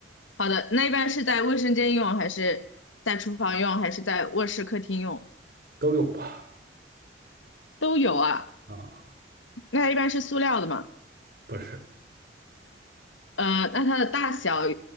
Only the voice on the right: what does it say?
都有吧？
啊，
不是。